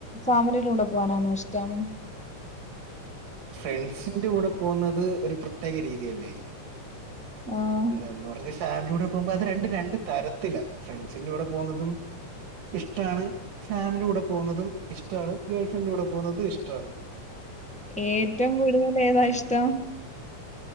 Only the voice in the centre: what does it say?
ഫാമിലിയുടെ കൂടെ പോകാനാന്നോ ഇഷ്ടം
ആഹ്
ഏറ്റവും കൂടുതൽ ഏതാ ഇഷ്ടം?